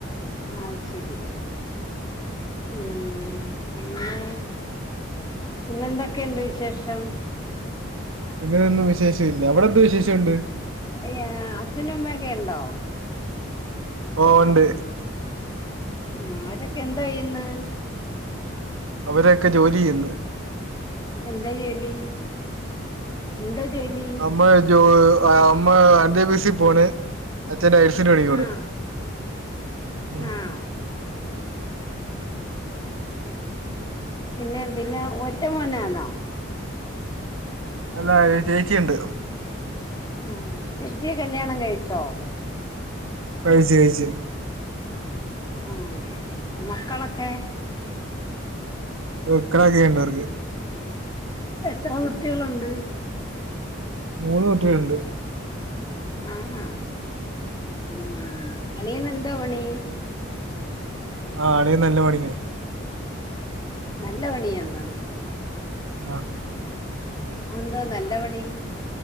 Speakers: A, on the left; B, on the right.
A: അത് ശെരി ഉം പിന്നെ പിന്നെ എന്തൊക്കെണ്ട് വിശേഷം
B: പിന്നെതൊന്നും വിശേഷഇല്ല അവിടെഎന്ത് വിശേഷഉണ്ട്
A: ഏഹ് അച്ഛനും അമ്മയൊക്കെണ്ടോ
B: ഓഹ് ഇണ്ട്
A: ഉം അവരൊക്കെ എന്തായ്യ്ന്ന്
B: അവരൊക്കെ ജോലിയ്യ്ന്ന്
A: എന്താ ജോലി എന്താ ജോലി
B: അമ്മ ജോ അമ്മ അണ്ടേപിസി പോണ് അച്ഛൻ ടൈ ൽസ്ന്റെ പണിക്കൊണ്
A: ആഹ്
B: ഉം
A: ആഹ് പിന്നെ പിന്നെ ഒറ്റ മോനാന്നോ
B: അല്ല ചേച്ചി ഇണ്ട്
A: ഏഹ് ചേച്ചിയെ കല്യാണം കഴിച്ചോ
B: കഴിച്ച് കഴിച്ച്
A: ആഹ് മക്കളൊക്കെ
B: മക്കളോക്കെ ഇണ്ടവർക്ക്
A: എത്ര കുട്ട്യേള് ഉണ്ട്
B: മൂന്ന് കുട്ട്യേള് ഇണ്ട്
A: ആഹാ ഉം അളിയനെന്താ പണി
B: ആഹ് അളിയൻ നല്ല പണിയാ
A: നല്ല പണിയാന്നോ
B: ആഹ്
A: അതെന്താ നല്ല പണി